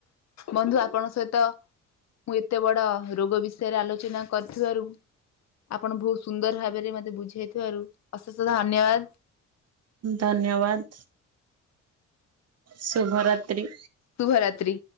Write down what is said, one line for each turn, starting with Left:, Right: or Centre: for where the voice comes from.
Left: ବନ୍ଧୁ ଆପଣଙ୍କ ସହି ତ ମୁଁ ଏତେ ବଡ ରୋଗ ବିଷୟରେ ଆଲୋଚନା କରିଥିବାରୁ ଆପଣ ବହୁତ ସୁନ୍ଦର ଭାବରେ ମତେ ବୁଝେଇଥିବାରୁ ଅଶେଷ ଧନ୍ୟବାଦ।
Right: ଧନ୍ୟବାଦ। ଶୁଭ ରାତ୍ରି।
Left: ଶୁଭ ରାତ୍ରୀ।